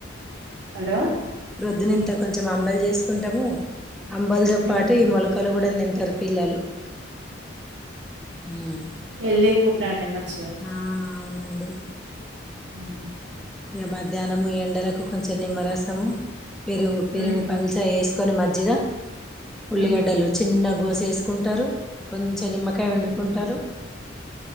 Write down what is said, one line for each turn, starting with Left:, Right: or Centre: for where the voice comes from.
Right: హలో
Centre: ప్రొద్దున ఇంత కొంచెం అంబలి చేసుకుంటము అంబలితో
Right: హుహు.
Centre: పాటు ఈ మొలకలు కూడా తింటరు పిల్లలు ఉమ్.
Right: హెల్దీ ఫుడ్ అండి మంచిగా
Centre: ఆ అవునండి
Right: ఉ
Centre: ఇగ మధ్యాహ్నము ఎండలకు కొంచెం నిమ్మరసము పెరుగు పెరుగు
Right: హ్మ్.
Centre: పల్చ వేసుకొని మజ్జిగ ఉల్లిగడ్డలు
Right: హ్మ్.
Centre: చిన్న గోసె వేసు కుంటరు కొంచెం నిమ్మకాయ పిండుకుంటరు
Right: హుహు.